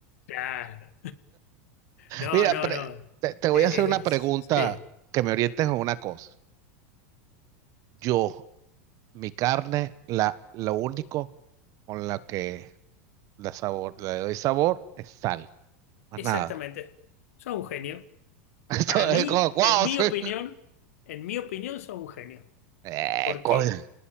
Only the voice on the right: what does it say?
Mira,
pre-
te, te voy
a hacer una pregunta
que me orientes en una cosa. Yo, mi carne, la, lo único con la que La sabor, la de doy sabor es sal, más
nada.
<laughs> Esto
es como, wow.
sí.
Eh,
coño.